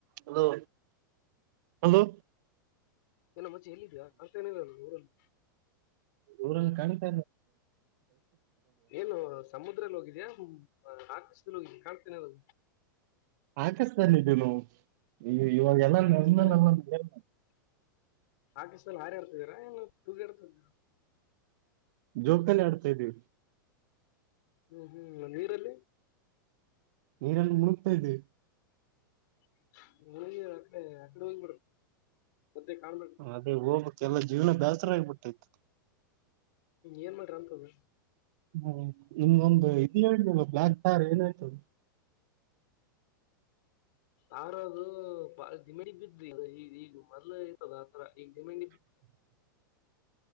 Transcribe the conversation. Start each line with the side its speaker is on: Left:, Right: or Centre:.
Right: Hello hello
Left: hello ಮಚ್ಚಿ ಎಲ್ಲಿದ್ಯಾ ಅಂತ ಏನಲ್ಲ ಊರಲ್ಲಿ
Right: ಊರ ಕಾಣಿತ
Left: ಏನು ಸಮುದ್ರಲ್ ಹೋಗಿದ್ಯಾ ಆಕಾಶದಲ್ಲಿ ಹೋಗಿದ ಕಾಣ್ತೀನೆ ಇಲ್ಲಾ
Right: ಆಕಾಶದಲ್ಲಿ ದಿನ ಅಯ್ಯಯ್ಯೋ <unintelligible>
Left: ಆಕಾಶದಲ್ಲಿ ಆಕಾಶದಲ್ಲಿ ಹಾರಾಡ್ತಿದೀರಾ ಏನು ತುಗಾಡ್ತಾ ಇದ್ದೀರಾ
Right: ಜೋಕಾಲಿ ಆಡ್ತಿದೀವಿ
Left: ಹ್ಮ್ ಹ್ಮ್ ನೀರಲ್ಲಿ
Right: ನೀರಲ್ಲಿ ಮುಳುಗ್ತಾ ಇದ್ದೀವಿ
Left: <unintelligible> ಕಾಣ್ಬೇಡ್ರಿ
Right: ಅದೇ ಹೋಗ್ಬೇಕು ಎಲ್ಲ ಜೀವನ ಬ್ಯಾಸ್ರ ಆಗ್ಬಿಟ್ಟೈತ
Left: ಏನ್ ಮಾಡಿರ ಅಂತದ್ದು
Right: ಹ್ಮ ನಿಮಗೊಂದು ಇ ಹೇಳತಲ್ ಬ್ಲಾಕ್ ಥಾರ್ ಏನಾಯ್ತು
Left: ಸಾರ ಅದು ದಡಿಮೆಂಡಗ್ ಬಿದ್ರಿ ಈಗ ಈಗ ಮೊದ್ ಐತದ ಆತರ ಈಗ ದಿಮೆಂಡಿ ಬ
Right: <inaudible>